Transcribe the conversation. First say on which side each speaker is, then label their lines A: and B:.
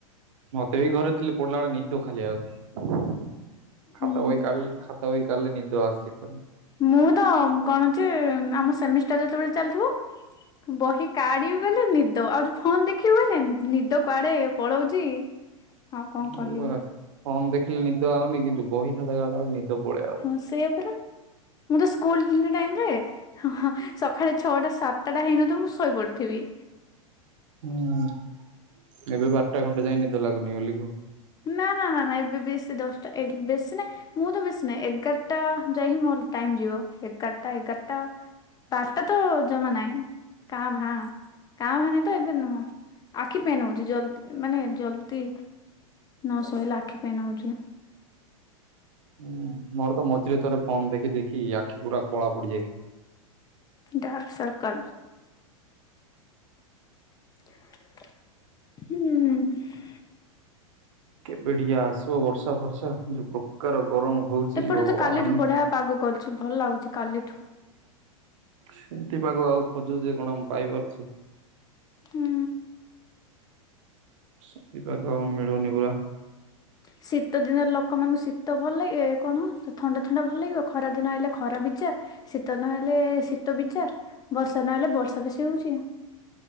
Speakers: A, on the right; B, on the left.
A: ମତେ ବି ଘରେ ଥିଲେ ପଡିଲା ବେଳେ ନିଦ ଖାଲି ଆଉଚି।
B: ହୁଁ
A: ଖାତା ବହି କାଲ ଖା ତା ବଇ କାଲେ ନିଦ ଆସଚି ଖାଲି।
B: ମୁଁ ତ କଣ ଅଛି ଆମ ସେମିଷ୍ଟାର ଯେତେବେଳେ ଚାଲିଥିବ ବହି କାଢି ଗଲେ ନିଦ ଆଉ ଯୋ ଫୋନ ଦେଖି ହୁନ ନିଦ କୁଆଡେ ପଳଉଛି। ଆଉ କଣ
A: ହୁଁ
B: କହିବି
A: ଫୋନ ଦେଖିଲେ ନିଦ ଆଉନି କିନ୍ତୁ ବହି ଖାଦଲା ନିଦ ପଳେଇ ଆଉ
B: ହଁ ସେଇଆ ପରା, ମୁଁ ତ ସ୍କୁଲ ଇଲା ଟାଇମରେ ହ ହଁ ସଖାଳେ ଛଅଟା ସାତଟା ହେଇନଥିବ ମୁଁ ଶୋଇପଡିଥିବି।
A: ହୁଁ ଏବେ ବାରଟା ଖଣ୍ଟେ ଯାଇ ନିଦ ଲାଗୁନି ବୋଲି କୁହ।
B: ନା ନା ନା ନା ଏବେ ବେସି ଦଶଟା ବେଶୀ ନାଇଁ ମୁଁ ତ ବେସି ନାଇଁ ଏଗାରଟା ଯାଏ ହିଁ ମୋର ଟାଇମ ଯିବ। ଏଗାରଟା ଏଗାରଟା ପାସ୍ତା ତ ଜମା ନାଇଁ କାଁ ଭାଁ, କାଁ ଭାଁ ନାଇଁ ତ ଏବେ ନୁହଁ। ଆଖି ପେନ ହଉଛି ଜଲଦି ମାନେ ଜଲଦି। ନ ଶହଲେ ଆଖି ପେନ ହଉଛି।
A: ହୁଁ ମୋର ତ ମଝିରେ ଥରେ ଫନ ଦେଖି ଦେଖି ଆଖି ପୁରା କଳା ପଡିଯାଇ
B: ଡାର୍କ ସର୍କଲ। ହୁଁ।
A: କେବେ ଟିକେ ଆସିବ ବର୍ଷା ଫର୍ଷା ଯୋଉ ପ୍ରକାର ଗରମ ହଉଛି
B: ଏପଟେ
A: ଭଗବାନ।
B: ତ କାଲିଠୁ ବଢିଆ ପାଗ କରୁଛି ଭଲ ଲାଗୁଛି କାଲିଠୁ।
A: ସେମତି ପାଗ ଆଉ ଖୋଜୁ ଯେ କଣ ମୁ ପାଇପାରୁଛି?
B: ହୁଁ।
A: ଶନି ପାକ ମିଳୁନି ପୁରା।
B: ଶୀତ ଦିନରେ ଲୋକମାନଙ୍କୁ ଶୀତ ଭଲ ଲାଗେ ଏ କଣ ଥଣ୍ଡା ଥଣ୍ଡା ଭଲ ଲାଗିବ ଖରା ଦିନ ଆଇଲେ ଖରା ବିଚାର ଶୀତ ନହେଲେ ଶୀତ ବିଚାର ବର୍ଷା ନହେଲେ ବର୍ଷା ବେଶୀ ହଉଚି।